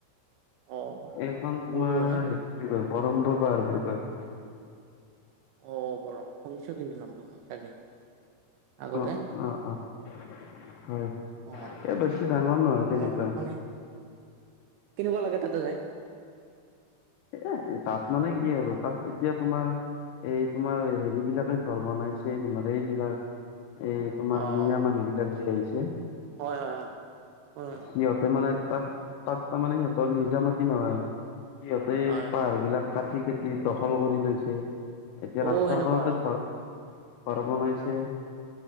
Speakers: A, on the right; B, on the left.
A: অ
B: এইখন তোমাৰ
A: সৰু হয় ন
B: হেৰি বুলি কয়। বৰম্ব পাহাৰ বুলি কয়।
A: অ', বৰম্, শুনিছো কিন্তু নামতো মই চাগে। আগতে
B: অ', অ', অ'। হয়,
A: অ
B: এ, বেছি ডাঙৰ নহয়
A: তাকেতো
B: তেনেকুৱা।
A: মানে কেনেকুৱা লাগে তাতে যায়?
B: এ, তাত মানে কি আৰু, তাত এতিয়া তোমাৰ এই তোমাৰ হেৰি বিলাকে ঘৰ বনাইছে তোমাৰ এইবিলাক। এই তোমাৰ
A: অ
B: মিঞা মানুহ বিলাক যি আহিছে।
A: হয়, হয়, হয়। উ।
B: সিহঁতে মানে তাত তাত তাৰমানে সিহঁতৰ নিজৰ মাটি নহয়। সিয়তে
A: হয়
B: পাহাৰ বিলাক কাটি কাটি দখল কৰি লৈছে। এতিয়া
A: অ
B: ৰাস্তাৰখনতে
A: সেনেকুৱা
B: ঘৰ, ঘৰ বনাইছে।